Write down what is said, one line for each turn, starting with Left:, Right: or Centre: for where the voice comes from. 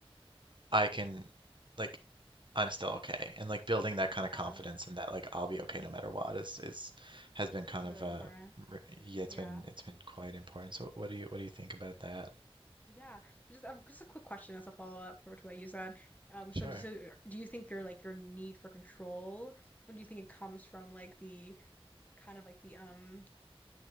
Right: I can like I'm still okay. And like building that kind
Left: yeah,
Right: of confidence and that like I'll be okay no matter what is is has been kind
Left: really
Right: of uh
Left: important.
Right: re- yeah, it's
Left: Yeah,
Right: been it's been quite important. So what do you what do you think about that?
Left: yeah. Just uh, just a quick question as a follow-up for to what you said. Um, so
Right: Sure.
Left: so do you think your like your need for control, or do you think it comes from like the kind of like the um